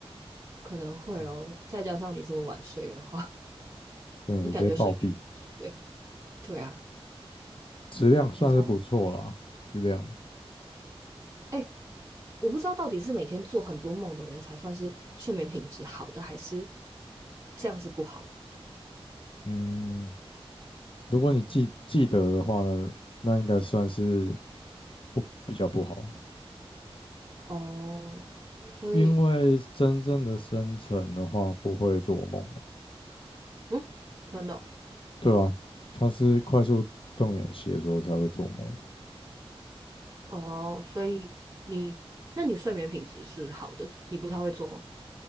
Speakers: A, on the right; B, on the left.
A: 可能会哦，
B: 嗯，
A: 再加上你这么晚睡的话，
B: 真的直接暴毙，
A: 你感觉睡不对？对啊，
B: 质量算是不错啦，
A: 你知道，
B: 质量，
A: 哎、我不知道到底是每天做很多梦的人才算是睡眠品质好的，还是这样子不好
B: 嗯，如果你记记得的话呢，那应该算是不比较不好，
A: 哦。所以，
B: 因为真正的生成的话不会做梦啊，
A: 嗯，真的哦
B: 对啊，它是快速动眼期的时候才会做梦啊，
A: 哦，所以你，那你睡眠品质是好的，你不太会做梦，